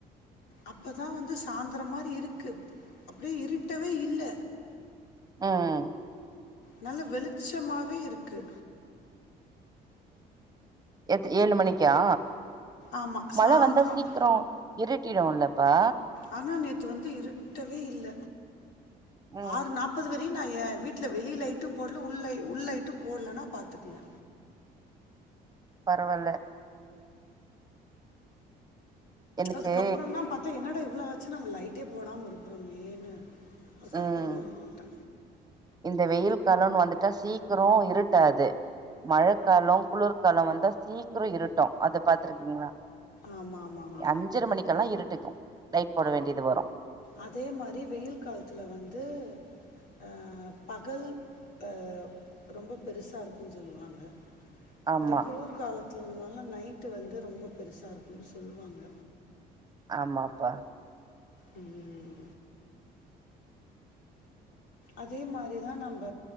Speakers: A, on the left; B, on the right.
A: அப்ப தா வந்து சாந்தரோ மாரி இருக்கு அப்டியே இருட்டவே இல்ல
B: ம்
A: நல்ல வெளிச்சமாவே இருக்கு
B: எ ஏழு மணிக்கா
A: ஆமா,
B: மழ
A: சாயந்தரம்.
B: வந்தா சீக்கிரோ இருட் ட்டிடுலப் பா
A: ஆனா நேத்து வந்து இருட்டவே இல்ல
B: ம்
A: ஆறு நாப்பது வ நா எ வீட்ல வெளி லைட்டும் போடல உள் லைட் உள் லைட்டும் போடலன்னா பாத்க்கோங்க
B: பரவால்ல எனக்கு
A: அதுக்கப்புறோந்தா பாத்த என்னடா இவ்ள ஆச்சு நம்ம லைட்டே போடாம இருக்குறமேனு அதுக்கப்புறோ
B: ம்
A: தா போட்டே
B: இந்த வெயில் காலோனு வந்துட்டா சீக்கிரோ இருட்டாது மழக்காலோ குளுர்காலோ வந்தா சீக்கிரோ இருட்டு அது பாத்துருக்கீங்ளா
A: ஆமா ஆமா ஆ
B: அஞ்சற மணிக்கெல்லா இருட்டிக்கு லைட் போட வேண்டியது வரு
A: அதே மாரி வெயில் காலத்துல வந்து அ பகல் அ ரொம்ப பெருசா இருக்குன் சொல்லுவாங்க
B: ஆமா
A: இந்த குளுர்கால த்துல இந்த மார்லா நைட்டு வந்து ரொம்ப பெருச இருக்குன் சொல்லுவாங்க
B: ஆமாப்பா
A: ம் அதே மாரிதா நம்ப